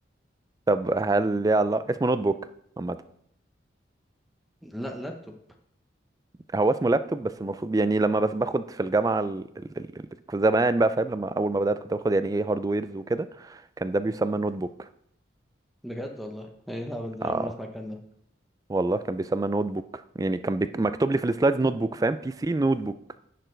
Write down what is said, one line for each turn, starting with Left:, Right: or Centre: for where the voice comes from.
Right: طب هل ليه علاقة اسمه نوت بوك عامة
Centre: لا لابتوب
Right: هو اسمه لابتوب بس المفروض يعني لما بس باخد في الجامعة ال... ال... ال... ال- كنت زمان بقى فاهم لما أول ما بدأت كنت باخد يعني ايه هاردويرز وكده كان ده بيسمى نوت بوك
Centre: بجد والله ايه الهبل ده
Right: اه
Centre: أنا أول مرة أسمع الكلام ده
Right: والله كان بيسمى نوت بوك يعني كان بي... مكتوب لي في السلايدز
Centre: مم.
Right: نوت بوك فاهم بي سي نوت بوك